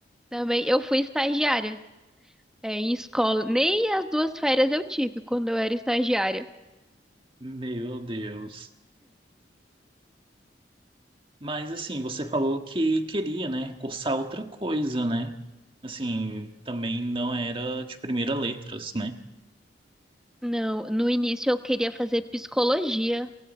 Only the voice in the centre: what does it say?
também. Eu fui estagiária, é, em escola. Nem as duas férias eu tive quando eu era estagiária.
Não, no início eu queria fazer psicologia.